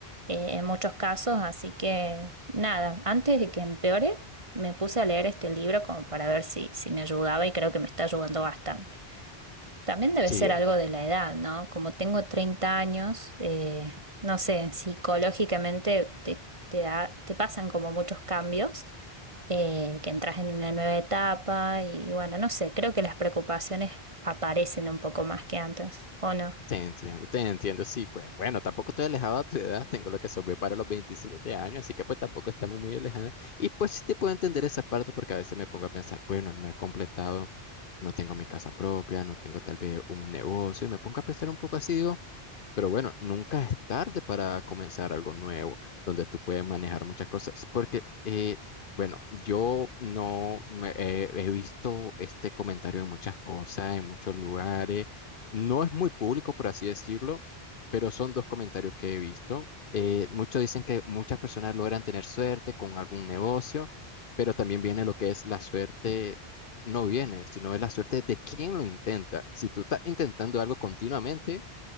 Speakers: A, on the right; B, on the left.
A: eh, en muchos casos. Así que nada, antes de que empeore, me puse a leer este libro como para ver si, si me ayudaba y creo que me está ayudando bastante. También debe
B: Sí,
A: ser
B: eh,
A: algo de la edad, ¿no? Como tengo 30 años, eh, no sé, psicológicamente te, te da- te pasan como muchos cambios, eh, que entras en una nueva etapa y bueno, no sé, creo que las preocupaciones aparecen un poco más que antes, ¿o no?
B: te entiendo, te entiendo. Sí, pues bueno, tampoco estoy alejado a tu edad, tengo lo que se ve para los 27 años, así que pues tampoco estamos muy alejados. Y pues sí te puedo entender esa parte porque a veces me pongo a pensar, bueno, no he completado. No tengo mi casa propia, no tengo tal vez un negocio, y me pongo a pensar un poco así, digo, Pero bueno, nunca es tarde para comenzar algo nuevo, donde tú puedes manejar muchas cosas, porque, eh, bueno, yo no me- eh, he visto este comentario en muchas cosas, en muchos lugares. No es muy público, por así decirlo, pero son dos comentarios que he visto. Eh, muchos dicen que muchas personas logran tener suerte con algún negocio, pero también viene lo que es la suerte. No viene, sino es la suerte de quien lo intenta. Si tú estás intentando algo continuamente,